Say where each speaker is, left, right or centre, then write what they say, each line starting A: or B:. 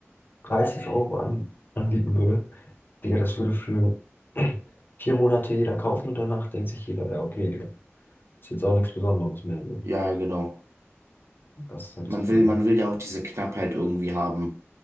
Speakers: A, on the left; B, on the right.
A: 30 Euro an, anbieten würde, Digga, das würde für <clears throat> vier Monate jeder kaufen und danach denkt sich jeder, ja, okay, Digga, ist jetzt auch nichts Besonderes mehr. So.
B: Ja, ja, genau.
A: Das ist halt
B: Man
A: das Problem.
B: will, man will ja auch diese Knappheit irgendwie haben,